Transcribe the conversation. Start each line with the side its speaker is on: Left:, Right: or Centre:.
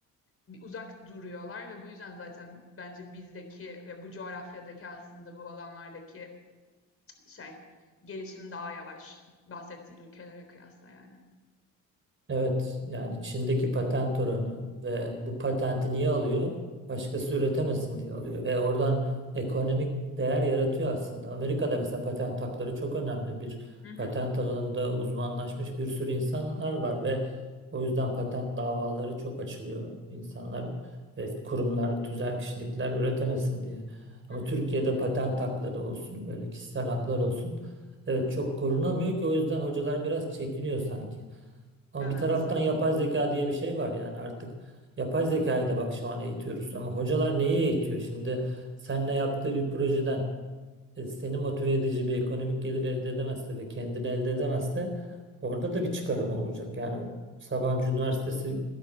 Left: Bir uzak duruyorlar ve bu yüzden zaten bence bizdeki ve bu coğrafyadaki aslında bu alanlardaki şey gelişim daha yavaş bahsettiğin ülkelere kıyasla yani.
Right: Evet, yani Çin'deki patent oranı ve bu patenti niye alıyor? Başkası üretemesin diye alıyor ve oradan ekonomik değer yaratıyor aslında. Amerika'da mesela patent hakları çok önemli. Bir
Left: Hı hı,
Right: patent alanında uzmanlaşmış bir sürü insanlar var ve o yüzden patent davaları çok açılıyor. İnsanlar ve kurumlar, tüzel kişilikler üretemesin diye. Ama
Left: hı hı.
Right: Türkiye'de patent hakları olsun, böyle kişisel haklar olsun. Evet çok korunamıyor ki o yüzden hocalar biraz çekiniyor sanki. Ama
Left: Evet.
Right: bir taraftan yapay zeka diye bir şey var yani artık yapay zekayı da bak şu an eğitiyoruz ama hocalar neyi eğitiyor? Şimdi seninle yaptığı bir projeden e, seni motive edici bir ekonomik gelir elde edemezse ve kendini elde edemezse orada da bir çıkarım olacak. Yani Sabancı Üniversitesi